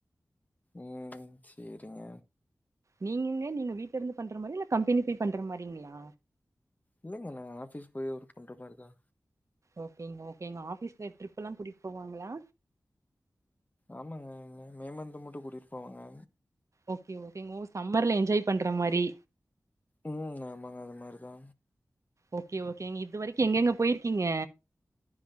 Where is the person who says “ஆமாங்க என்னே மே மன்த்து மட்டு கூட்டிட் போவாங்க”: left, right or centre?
Left